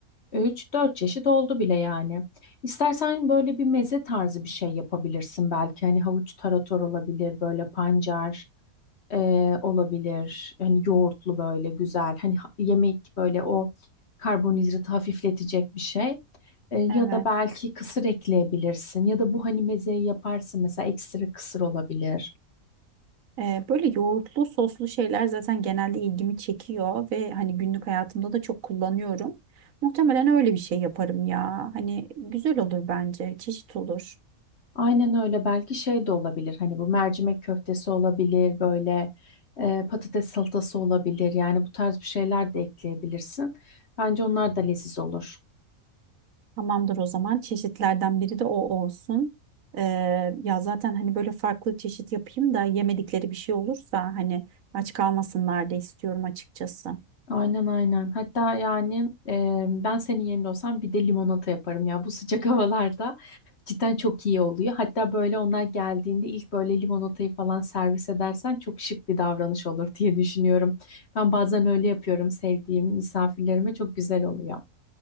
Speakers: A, on the left; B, on the right.
A: 3, 4 çeşit oldu bile yani. İstersen böyle bir meze tarzı bir şey yapabilirsin belki. Hani havuç tarator olabilir, böyle pancar e, olabilir. Hani yoğurtlu böyle güzel. Hani ha- yemek böyle o karbonhidratı hafifletecek bir şey. E, ya
B: Evet.
A: da belki kısır ekleyebilirsin. Ya da bu hani mezeyi yaparsın mesela ekstra kısır olabilir.
B: Ee, böyle yoğurtlu soslu şeyler zaten genelde ilgimi çekiyor ve hani günlük hayatımda da çok kullanıyorum. Muhtemelen öyle bir şey yaparım ya. Hani güzel olur bence. Çeşit olur.
A: Aynen öyle belki şey de olabilir. Hani bu mercimek köftesi olabilir böyle e, patates salatası olabilir. Yani bu tarz bir şeyler de ekleyebilirsin. Bence onlar da leziz olur.
B: Tamamdır o zaman. Çeşitlerden biri de o olsun. Ee, ya zaten hani böyle farklı çeşit yapayım da yemedikleri bir şey olursa hani aç kalmasınlar da istiyorum açıkçası.
A: Aynen aynen. Hatta yani e, ben senin yerinde olsam bir de limonata yaparım ya. Bu sıcak <laughs> havalarda cidden çok iyi oluyor. Hatta böyle onlar geldiğinde ilk böyle limonatayı falan servis edersen çok şık bir davranış olur diye düşünüyorum. Ben bazen öyle yapıyorum sevdiğim misafirlerime çok güzel oluyor.